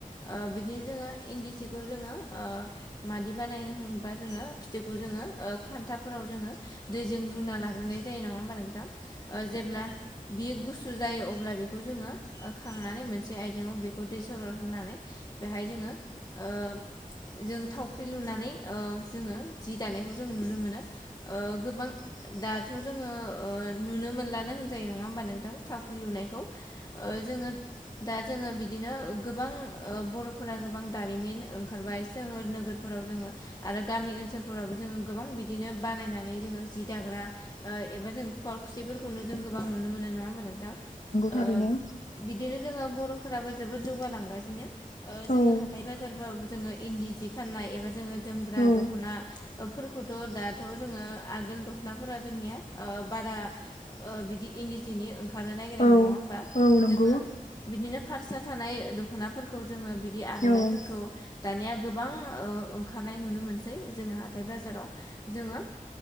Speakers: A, on the left; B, on the left.
A: ओ बिदिनो जोङो इन्दि सिखौ जोङो ओ मादि बानाय होनबा जोङो फिथोबखौ जोङो ओ खान्थाब फोराव जोङो दैजों रुना लाग्रोनाय जायो नङा होनबा नोंथां? ओ जेब्ला बियो गु सु जायो अब्ला बेखौ जोङो ओ खांनानै मोनसे आयजेंआव बेखौ दै सरर होनानै बेहाय जोङो ओ जों थावख्रि लुनानै ओ जोङो जि दानायखौ जों नुनो मोनो। ओ गोबां दा थ' जोङो ओ नुनो मोनलानो होनजायो नङा होमबा नोंथां थावख्रि लुनायखौ? ओ जोङो दा जोङो बिदिनो गोबां ओ बर'फोरा गोबां दारिमिन ओंखारबाय सोहोर नोगोर फोराव जोङो आरो गामि ओनसोल फोरावबो जों गोबां बिदिनो बानायनानै जोङो जि दाग्रा ओ एबा जोङो खुवालखुसिफोरखौ जों गोबां नुनो मोनो होनबा नोंथां?
B: थारैनो
A: ओ बिदिनो जोङो बर'फोराबो जोबोद जौगालांगासिनो ओ
B: औ
A: जोङो हाथाय बाजारबाबो जोङो इन्दि सि फाननाय एबा जोङो जोमग्रा
B: औ
A: दख'ना ओ फोरखौथ' दाथ' जोङो आआगोल दख'नाफोरा जोंनिया ओ बारा ओ बिदि इन्दि जिनि ओंखारनो नागिरामोन
B: औ
A: नङा होमबा?
B: औ
A: जोङो
B: नंगौ
A: बिदिनो पारसा थानाय दख'नाफोरखौ जोङो बिदि आर'नाइफोरखौ
B: औ
A: दानिया गोबां ओ ओंखारनाय नुनो मोनसै‌ जोङो हाथथाय बाजाराव जोङो